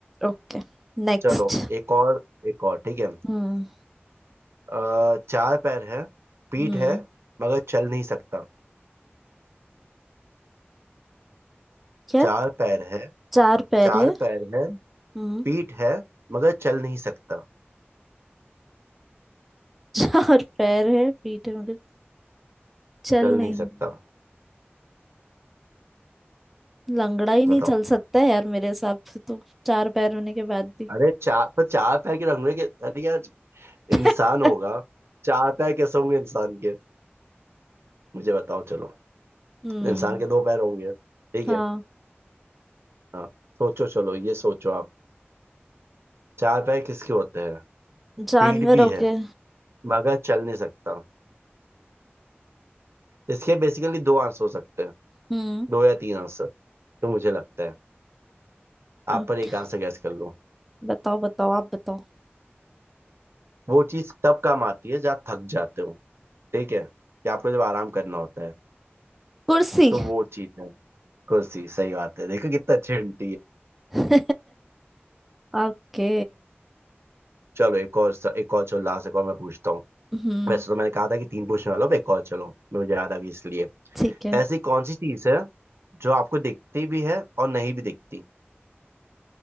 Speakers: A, in the centre; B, on the right (about 75°).
A: ओके नेक्स्ट
B: चलो एक और एक और ठीक है
A: हम्म
B: अ, चार पैर है पीठ
A: हम्म
B: है मगर चल नहीं सकता
A: क्या
B: चार पैर है
A: चार पैर
B: चार
A: है
B: पैर है
A: हम्म
B: पीठ है मगर चल नहीं सकता
A: <laughs> चार पैर है पीठ है मगर चल
B: चल
A: नहीं
B: नहीं सकता
A: लंगड़ा ही नहीं
B: बताओ
A: चल सकता है यार मेरे हिसाब से तो चार पैर होने के बाद भी
B: अरे चार पर चार पैर के रंगने के अरे यार
A: <laughs>
B: इंसान होगा चार पैर कैसे होंगे इंसान के मुझे बताओ चलो
A: हम्म
B: इंसान के दो पैर होंगे ठीक
A: हाँ
B: है हाँ सोचो चलो ये सोचो आप चार पैर किसके होते हैं
A: जानवरों
B: पीठ भी है
A: के
B: मगर चल नहीं सकता इसके बेसिकली दो आंसर हो सकते हैं
A: हम्म
B: दो या तीन आंसर तो मुझे लगता है
A: ओके
B: आप पर एक आंसर गैस कर लो
A: बताओ बताओ आप बताओ
B: वो चीज तब काम आती है जब थक जाते हो ठीक है कि आपको जब आराम करना होता है
A: कुर्सी
B: तो वो चीज है कुर्सी सही बात है देखो कितना अच्छी हिंट
A: <laughs> ओके
B: चलो एक और एक और चलो लास्ट एक और मैं पूछता हूँ
A: हम्म
B: वैसे तो मैंने कहा था कि तीन पूछने वाला हूँ अब एक और चलो मुझे याद आ गई इसलिए
A: ठीक है
B: ऐसी कौन सी चीज है जो आपको दिखती भी है और नहीं भी दिखती